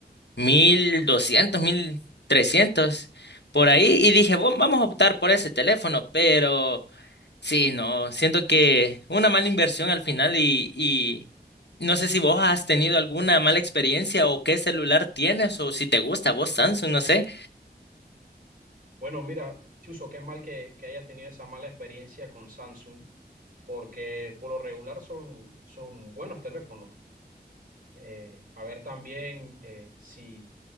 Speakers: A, on the left; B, on the right.
A: mil doscientos mil trescientos por ahí, y dije, "Vam- vamos a optar por ese teléfono, pero sí, no, siento que una mala inversión al final y, y no sé si vos has tenido alguna mala experiencia o qué celular tienes o si te gusta vos Samsung, no sé.
B: Bueno, mira, Chuzo, qué mal que, que hayas tenido esa mala experiencia con Samsung, porque por lo regular son, son buenos teléfonos. Eh, a ver también eh, si